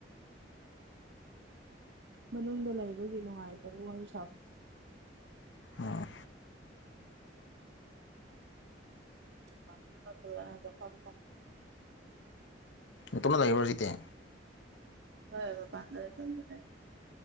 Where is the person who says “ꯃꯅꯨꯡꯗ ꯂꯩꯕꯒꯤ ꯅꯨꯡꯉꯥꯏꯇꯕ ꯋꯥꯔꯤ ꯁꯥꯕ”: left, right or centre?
Right